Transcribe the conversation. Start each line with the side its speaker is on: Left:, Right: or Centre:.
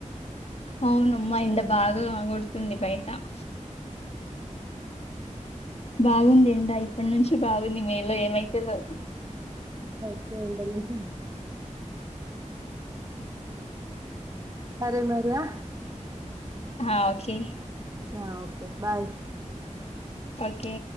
Left: అవును అమ్మా ఎండ బాగా కొడుతుంది బయట డ బాగుంది ఎండ ఇప్పటి నుంచి బాగుంది మే లో ఏమైతదో
Right: ఇంకా ఎక్కువ ఎండలు ఉంటాయి సరే మరి ఆ
Left: హ ఓకే
Right: హ ఓకే బాయ్
Left: ఓకే